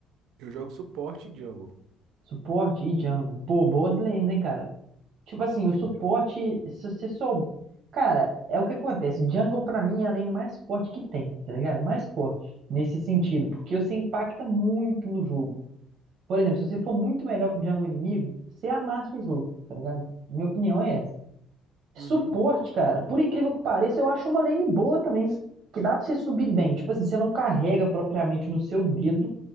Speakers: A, on the right (about 80°); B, on the right (about 60°).
A: Eu jogo suporte jungle,
B: Suporte e jungle. Pô, boas lanes, hein, cara. Tipo assim, o
A: entendeu?
B: suporte, se você sou... Cara, é o que acontece. Jungle, pra mim, é a lane mais forte que tem, tá ligado? Mais forte, nesse sentido, porque você impacta muito no jogo. Por exemplo, se você for muito melhor que o Django inimigo, você amassa o jogo, tá ligado? Minha opinião é essa. Suporte,
A: Uhum,
B: cara, por incrível que pareça, eu acho uma lane boa também, que dá pra você subir bem. Tipo assim, você não carrega propriamente no seu dedo,